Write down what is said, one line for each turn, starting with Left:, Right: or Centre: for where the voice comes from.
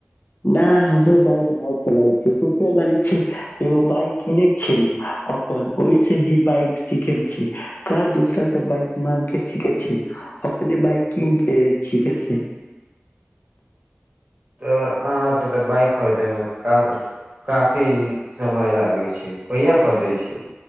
Left: नहि हमर बाइक नहि चलाइ छै सोचल छै एगो बाइक किने छै अपन ओहिस ही बाइक सीखेमे छै क दोसरा से बाइक माग के सीखे छै अपने बाइक कीन के सीखे छै
Right: तऽ अहाँके तऽ बाइक खरीदयमे का काफी समय लागै छै कहिा खरीदै छी